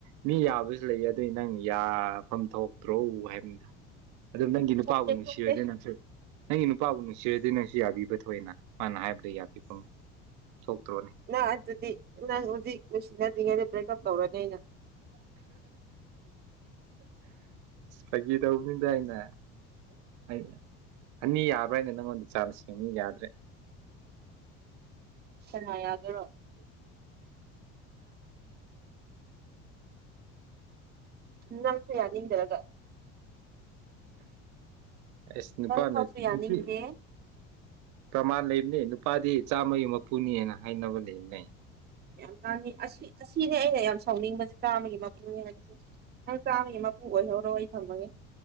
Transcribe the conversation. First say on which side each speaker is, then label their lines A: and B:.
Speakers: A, on the right; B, on the right.
A: ꯃꯤ ꯌꯥꯕꯁꯨ ꯂꯩ ꯑꯗꯨꯏ ꯅꯪ ꯌꯥꯐꯝ ꯊꯣꯛꯇ꯭ꯔꯣ ꯍꯥꯏꯕꯅꯤꯗ ꯑꯗꯨ ꯅꯪꯒꯤ ꯅꯨꯄꯥꯕꯨ
B: ꯊꯣꯛꯇꯦ
A: ꯅꯨꯡꯁꯤꯔꯣꯏꯗꯔ
B: ꯊꯣꯛꯇꯦ
A: ꯅꯪꯁꯨ ꯅꯪꯒꯤ ꯅꯨꯄꯥꯕꯨ ꯅꯨꯡꯁꯤꯔꯗꯤ ꯅꯪꯁꯨ ꯌꯥꯕꯤꯕ ꯊꯣꯛꯑ‌ꯦꯅ ꯃꯥꯅ ꯍꯥꯏꯕꯗ ꯌꯥꯕꯤꯐꯝ ꯊꯣꯛꯇ꯭ꯔꯣꯅꯦ
B: ꯅꯪ ꯑꯗꯨꯗꯤ ꯅꯪ ꯍꯧꯖꯤꯛ ꯅꯨꯡꯁꯤꯅ ꯗꯔꯤꯉꯩꯗ ꯕꯔ‌ꯦꯛ ꯑꯞ ꯇꯧꯔꯗꯤ ꯑꯩꯅ
A: ꯐꯒꯤ ꯇꯧꯕꯅꯤꯗ ꯑꯩꯅ <unintelligible> ꯑꯅꯤ ꯌꯥꯕ꯭ꯔꯥ ꯍꯥꯏꯅ ꯅꯪꯉꯣꯟꯗ ꯆꯥꯁ ꯌ‌ꯦꯡꯕꯅꯤ ꯌꯥꯗ꯭ꯔꯦ
B: ꯁꯅꯥ ꯌꯥꯗꯣꯏꯔꯣ ꯅꯪꯁꯨ ꯌꯥꯅꯤꯡꯗꯔꯒ
A: ꯑꯁ ꯅꯨꯄꯥꯅ
B: ꯐꯥꯎꯁꯨ ꯌꯥꯅꯤꯡꯗꯦ
A: ꯅꯨꯄꯤ ꯄ꯭ꯔꯃꯥꯟ ꯂꯩꯕꯅꯤ ꯅꯨꯄꯥꯗꯤ ꯆꯥꯝꯃꯒꯤ ꯃꯄꯨꯅꯤꯅ ꯍꯥꯏꯅꯕ ꯂꯩꯕꯅꯩ
B: ꯌꯥꯝ ꯂꯥꯡꯉꯤ ꯑꯁꯤ ꯑꯁꯤꯅꯦ ꯑꯩꯅ ꯌꯥꯝ ꯁ ꯊꯧꯅꯤꯡꯕꯁꯦ ꯆꯥꯝꯃꯒꯤ ꯃꯄꯨꯅꯤ ꯍꯥꯏꯕꯁꯦ ꯅꯪ ꯆꯥꯝꯃꯒꯤ ꯃꯄꯨ ꯑꯣꯏꯍꯧꯔꯣ ꯑꯩ ꯊꯝꯃꯒꯦ